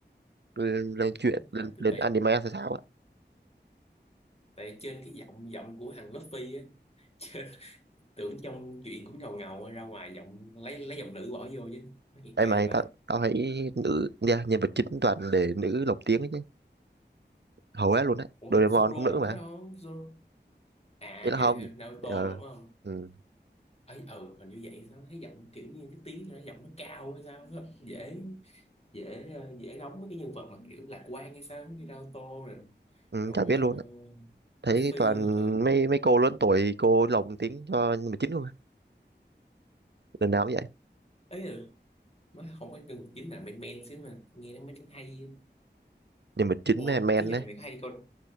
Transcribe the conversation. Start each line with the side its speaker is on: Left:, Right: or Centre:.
Right: lên, lên truyện lên
Left: mát tôi
Right: lên
Left: tệ
Right: anime sao sao á
Left: tại trên cái giọng giọng của thằng Luffy á trên, tưởng trong chuyện cũng ngầu ngầu ra ngoài giọng lấy lấy giọng nữ bỏ vô chứ nó nghe
Right: đây
Left: cay
Right: mày
Left: vậy
Right: tao tao thấy nữ nha nhân vật chính toàn để nữ lồng tiếng ấy chứ hầu hết luôn á
Left: ủa
Right: Doraemon
Left: Zoro
Right: cũng nữ
Left: đâu
Right: mà
Left: có đâu Zoro à
Right: ý là không
Left: hiểu hiểu Naruto
Right: ờ
Left: đúng không
Right: ừ,
Left: ấy ừ hình như vậy sao thấy giọng kiểu như cái tiếng nó giọng nó cao hay sao á. dễ dễ ờ, dễ đóng mấy cái nhân vật mà kiểu lạc quan hay sao như Naruto rồi
Right: ừ,
Left: rồi
Right: chả biết luôn á
Left: uh,
Right: thấy
Left: Luffy
Right: toàn
Left: nữa ừ
Right: mấy mấy cô lớn tuổi cô lồng tiếng cho nhân vật chính luôn á lần nào cũng vậy
Left: ấy ừ mới không có nhân vật chính là men men xíu mà nghe nó mới hay
Right: nhưng mà chính
Left: Ủa,
Right: mấy anh men
Left: chứ giờ
Right: á
Left: này mày có hay đi coi